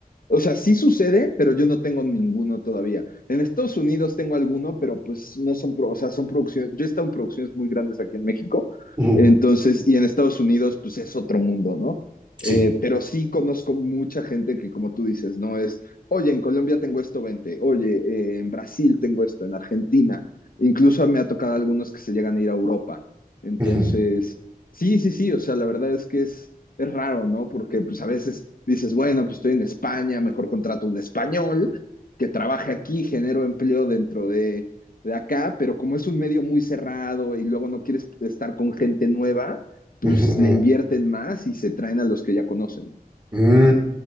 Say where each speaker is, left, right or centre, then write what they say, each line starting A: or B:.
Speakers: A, on the left (about 70°); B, on the right (about 30°).
A: O sea, sí sucede, pero yo no tengo ninguno todavía. En Estados Unidos tengo alguno, pero pues no son, pro- o sea, son producciones, yo he estado en producciones muy grandes aquí en México,
B: Ujú,
A: entonces, y en Estados Unidos, pues es otro mundo, ¿no? Eh,
B: Sí.
A: pero sí conozco mucha gente que, como tú dices, no es, oye, en Colombia tengo esto, vente, oye, eh, en Brasil tengo esto, en Argentina, incluso me ha tocado algunos que se llegan a ir a Europa. Entonces,
B: Ujú,
A: sí, sí, sí, o sea, la verdad es que es es raro, ¿no? Porque pues a veces dices, bueno, pues estoy en España, mejor contrato un español que trabaje aquí, genero empleo dentro de, de acá, pero como es un medio muy cerrado y luego no quieres estar con gente nueva, pues
B: ujú.
A: le invierten más y se traen a los que ya conocen.
B: Mm,